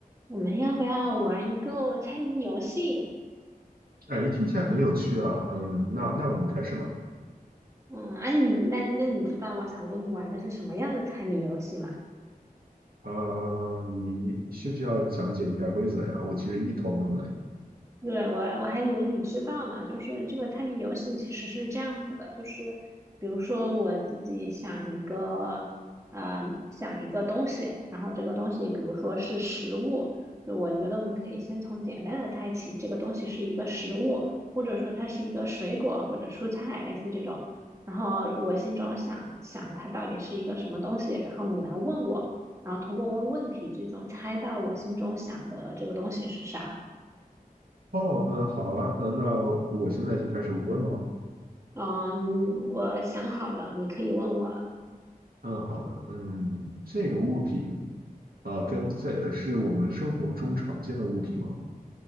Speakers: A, on the right; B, on the right.
A: 我们要不要玩一个猜谜游戏？
B: 哎，听起来很有趣啊。嗯，那那我们开始吧。
A: 嗯，哎、你那那你知道我想跟你玩的是什么样的猜谜游戏吗？
B: 啊、你需不需要讲解一下规则呀？我其实一头懵嘞。
A: 对，我我还以为你知道呢，就是这个猜谜游戏其实是这样子的，就是比如说我自己想一个，呃，想一个东西，然后这个东西比如说是食物，就我觉得我们可以先从简单的猜起，这个东西是一个食物，或者说它是一个水果或者蔬菜，类似这种。然后我心中想想它到底是一个什么东西，然后你来问我，然后通过问问题最终猜到我心中想的这个东西是啥。
B: 哦，嗯，好啊，嗯，那我现在就开始问吗？
A: 呃嗯，我想好了，你可以问我了。
B: 嗯，好的。嗯，这个物品啊、跟在呃是我们生活中常见的物品吗？